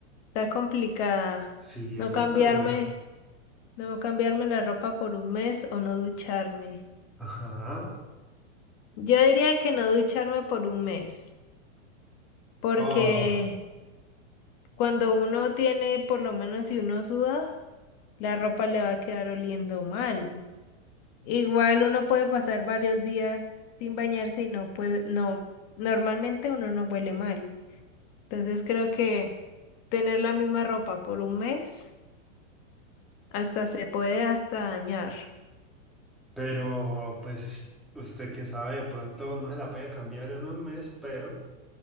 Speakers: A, on the left; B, in the centre.
A: está complicada.
B: Sí,
A: No
B: esa
A: cambiarme,
B: está dura.
A: no cambiarme la ropa por un mes o no ducharme.
B: Ajá.
A: Yo diría que no ducharme por un mes, porque
B: Oh,
A: cuando uno tiene, por lo menos si uno suda, la ropa le va a quedar oliendo mal. Igual uno puede pasar varios días sin bañarse y no puede, no, normalmente uno no huele mal. Entonces creo que tener la misma ropa por un mes hasta se puede hasta dañar.
B: pero pues usted que sabe, de pronto no se la puede cambiar en un mes, pero